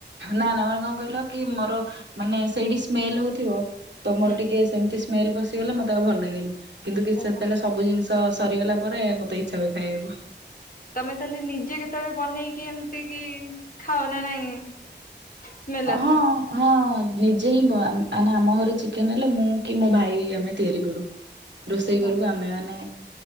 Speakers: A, on the right (about 75°); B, on the left (about 50°).
A: ନା ନା ମାନେ କଣ କହିଲ କି ମୋର ମାନେ ସେଇଠି ସ୍ମେଲ ହେଉଥିବ ତ ମୋର
B: ହୁଁ।
A: ଟିକେ ସେମିତି ସ୍ମେଲ ପଶିଗଲେ ମତେକୁ ଭଲ ଲାଗେନି କିନ୍ତୁ କି
B: ଓହୋ
A: ସେତେବେଳେ ସବୁ ଜିନିଷ ତ ସରିଗଲା ପରେ ମତେ ଇଚ୍ଛା ହୁଏ ଖାଇବାକୁ।
B: ତମେ ତାହେଲେ ନିଜେ କେତେବେଳେ ବନେଇକି ଏମିତି କି ଖାଅ ନା ନାଇଁ? ସ୍ମେଲ
A: ହଁ।
B: ଆସେ?
A: ହଁ ନିଜେ ହିଁ ମ ଆମ ଘରେ ଚିକେନ ହେଲେ ମୁଁ କି ମୋ ଭାଇ ଆମେ ତିଆରି କରୁ। ହ <unintelligible> ରୋଷେଇ
B: ହଁ
A: କରିବୁ ଆମେ ମାନେ